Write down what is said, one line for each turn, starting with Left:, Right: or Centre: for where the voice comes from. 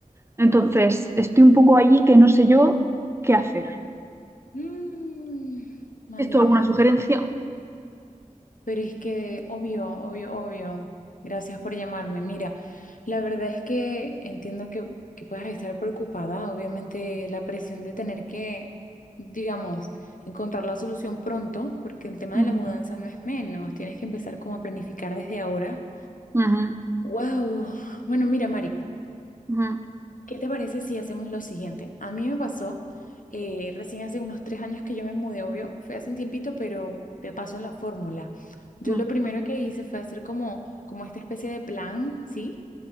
Right: Entonces, estoy un poco allí que no sé yo qué hacer.
Left: mm, madre
Right: ¿Esto alguna
Left: mía.
Right: sugerencia?
Left: Pero es que, obvio, obvio, obvio. Gracias por llamarme. Mira, la verdad es que entiendo que, que puedas estar preocupada. Obviamente, la presión de tener que, digamos, encontrar la solución pronto, porque el tema
Right: Ujú,
Left: de la mudanza no es menos. Tienes que empezar como a planificar desde ahora.
Right: ujú,
Left: Wow. Bueno, mira, Mari.
Right: ujú,
Left: ¿Qué te parece si hacemos lo siguiente? A mí me pasó eh, recién hace unos tres años que yo me mudé, obvio, fue hace un tiempito, pero te paso la fórmula. Yo
Right: ujú.
Left: lo primero que hice fue hacer como, como esta especie de plan, ¿sí?